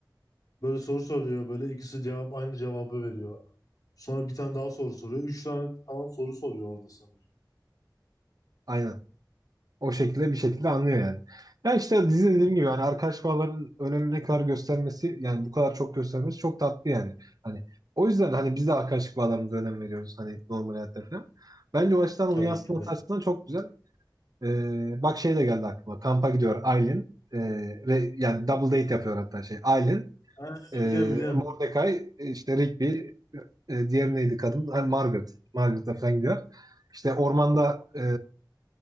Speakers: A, on the left; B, on the right.
A: Böyle soru soruyor böyle ikisi cevap aynı cevabı veriyor. Sonra bir tane daha soru soruyor. Üç tane falan soru soruyor orada sanırım.
B: Aynen. o şekilde bir şekilde anlıyor yani. Ya işte dizi dediğim gibi hani arkadaş bağlarının önemini ne kadar göstermesi yani bu kadar çok göstermesi çok tatlı yani. Hani o yüzden hani biz de arkadaşlık bağlarımıza önem veriyoruz hani normal hayatta falan. Bence o açıdan
A: Tabii
B: onu yansıtması
A: ki de.
B: açısından çok güzel. Ee, bak şey de geldi aklıma. Kampa gidiyor Aylin. Ee, re- yani double date yapıyor hatta şey. Aylin,
A: Ha,
B: e,
A: biliyorum biliyorum.
B: Mordecai, e, işte Rigby, e, diğer neydi kadın? Hani Margaret. Margaret'la falan gidiyor. İşte ormanda e,